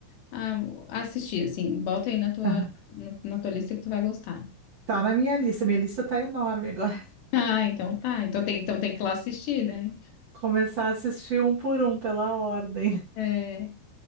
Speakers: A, on the left; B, on the right.
A: a- a assistir, assim, bota aí na tua,
B: Aham.
A: no- na tua lista que tu vai gostar.
B: Tá na minha lista. Minha lista tá enorme agora. <laughs>
A: Ah, então tá, então tem, então tem que ir lá assistir, né?
B: Começar a assistir um por um pela ordem, né?
A: É.